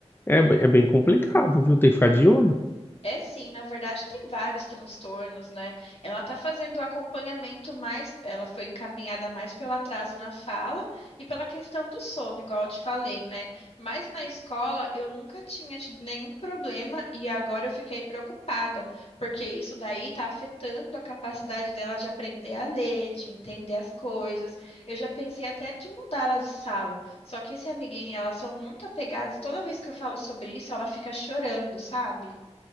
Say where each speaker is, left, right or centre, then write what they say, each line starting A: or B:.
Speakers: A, on the left; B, on the left.
A: É, be- é bem complicado, viu? Tem que ficar de olho.
B: É sim, na verdade tem vários transtornos, né? Ela está fazendo o acompanhamento mais, ela foi encaminhada mais pelo atraso na fala e pela questão do sono, igual eu te falei, né? Mas na escola eu nunca tinha tido nenhum problema e agora eu fiquei preocupada, porque isso daí está afetando a capacidade dela de aprender a ler, de entender as coisas. Eu já pensei até de mudar ela de sala, só que esse amiguinho e ela são muito apegadas e toda vez que eu falo sobre isso, ela fica chorando, sabe?